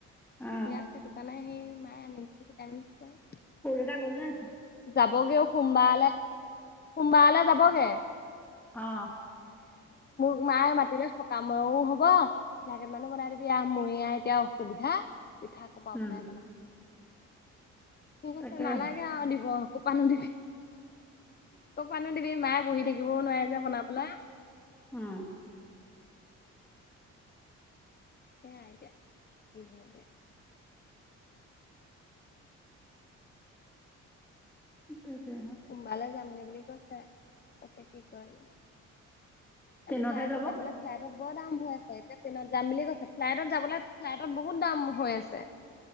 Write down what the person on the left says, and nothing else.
ইয়াত সেই দোকান সেই মায়ে আনি মেলি গোটাই মেলি দিছে আৰু
যাবগে সোমবাৰলৈ সোমবাৰলৈ যাবগে।
ত মায়ে মাতিলে সকামেও হব পিঠা কেইটা মানো বনাই দিবি আহ মই আহ এতিয়া অসুবিধা। পিঠা কপা
বনাই বনা। ঠিক
আছে নালাগে আৰু দিব কোপা নো দিবি। ক পানো দিবি মায়ে বহি থাকিবও নোৱাৰে যে বনাবলে।
সেয়া এতিয়া কি হয় যে
সোমবালৈ যামগে বুলি কৈছে তাকে কি কৰে।
ফ্লাইটত
যাবলৈ ফ্লাইটত বৰ দাম হৈ আছে এতিয়া ট্ৰেইনত যাম বুলি কৈছে ফ্লাইটত যাবলৈ ফ্লাইটত বহুত দাম হৈ আছে